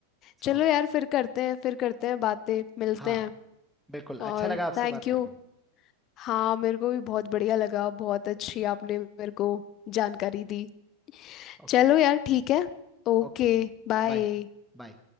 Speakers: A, in the centre; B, on the left.
A: सो
B: चलो यार फिर करते हैं फिर करते हैं बातें मिलते
A: हाँ
B: हैं
A: बिल्कुल अच्छा
B: और
A: लगा आपसे
B: थैंक
A: बात
B: यू
A: करके
B: हाँ मेरे को भी बहुत बढ़िया लगा बहुत अच्छी आपने मेरे को जानकारी दी
A: ओके
B: चलो यार ठीक है ओके
A: ओके
B: बाय
A: बाय बाय